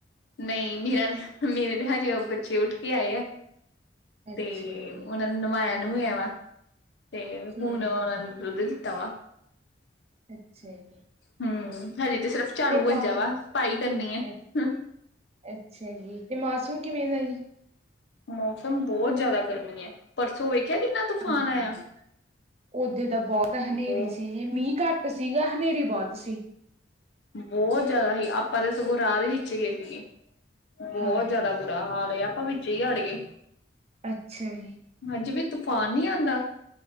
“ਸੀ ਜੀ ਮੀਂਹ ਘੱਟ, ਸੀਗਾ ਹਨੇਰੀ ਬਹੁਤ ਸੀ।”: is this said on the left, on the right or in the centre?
Right